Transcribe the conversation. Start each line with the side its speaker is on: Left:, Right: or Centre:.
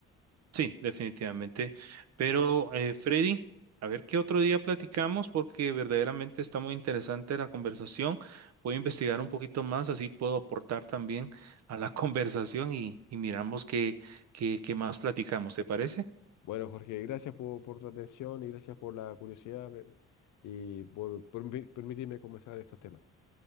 Right: Sí, definitivamente. Pero, eh, Freddy, a ver qué otro día platicamos porque verdaderamente está muy interesante la conversación. Voy a investigar un poquito más, así puedo aportar también a la <laughs> conversación y, y miramos qué, qué, qué más platicamos. ¿Te parece?
Left: Bueno, Jorge, gracias por, por tu atención y gracias por la curiosidad me- y por, por permi- permitirme conversar estos temas.